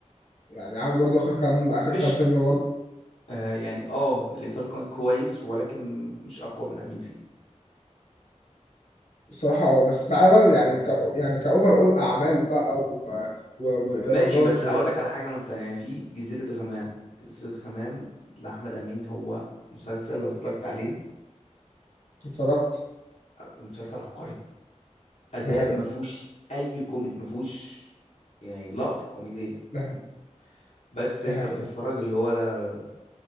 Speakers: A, on the left; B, on the left.
A: يعني عمل برضو اخر كام اخر
B: مش
A: كام فيلم
B: آه يعني اه الإطار كان كويس ولكن مش أقوى من أمين فيه
A: الصراحة اه بس تعالى بقى يعني ك... يعني كأوفر أول أعمال بقى و... و... وإيرادات
B: ماشي بس هقول لك على حاجة مثلا يعني في جزيرة غمام جزيرة غمام لأحمد أمين هو مسلسل لو اتفرجت عليه
A: واتفرجت
B: مسلسل عبقري أداء
A: ده حقيقة
B: ما فيهوش أي كوميدي ما فيهوش يعني لقطة كوميدية
A: ده
B: فاهم؟
A: حقيقة
B: بس
A: ده
B: انت
A: حقيقة
B: بتتفرج اللي هو لا